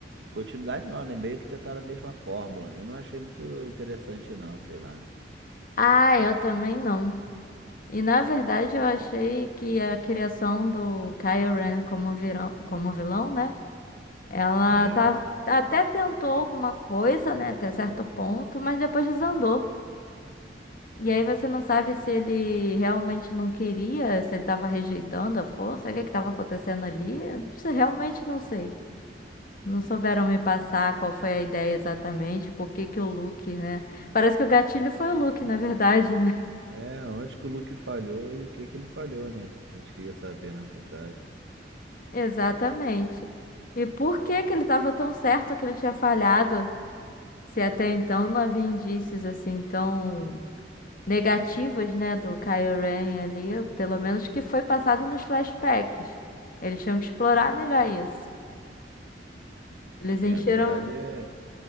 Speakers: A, on the right (about 75°); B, on the left (about 50°).
A: Continuidade não, né? Meio que tentaram a mesma fórmula. Eu não achei muito interessante, não, sei lá.
B: Ah, eu também não. E na verdade eu achei que a criação do Kylo Ren como virão, como vilão, né? Ela
A: É,
B: tá, até tentou alguma coisa, né, até certo ponto, mas depois desandou. E aí você não sabe se ele realmente não queria, se ele tava rejeitando a força, o que é que tava acontecendo ali? Isso eu realmente não sei. Não souberam me passar qual foi a ideia exatamente, por que que o Luke, né? Parece que o gatilho foi o Luke, na verdade, né?
A: é onde que o Luke falhou e o que que ele falhou, né? A gente queria saber, na verdade.
B: Exatamente. E por que que ele estava tão certo que ele tinha falhado, se até então não havia indícios assim tão negativos, né, do Kylo Ren ali, pelo menos que foi passado nos flashbacks. Eles tinham que explorar melhor isso. Eles
A: Bem,
B: encheram,
A: a verdade é.